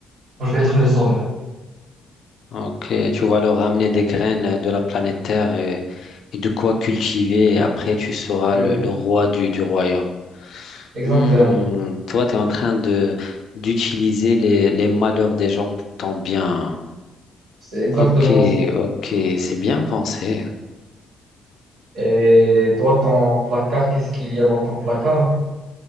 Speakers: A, on the right; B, on the left.
A: moi, je vais être le sauveur.
B: ok tu vas leur ramener des graines de la planète Terre et, et de quoi cultiver. Et après, tu seras
A: Oui,
B: le, le roi du, du royaume.
A: exactement.
B: Hmm, toi, tu es en train de d'utiliser les, les malheurs des gens pour ton bien.
A: C'est exactement.
B: Ok, ok, c'est bien pensé.
A: Et toi, ton placard, qu'est-ce qu'il y a dans ton placard?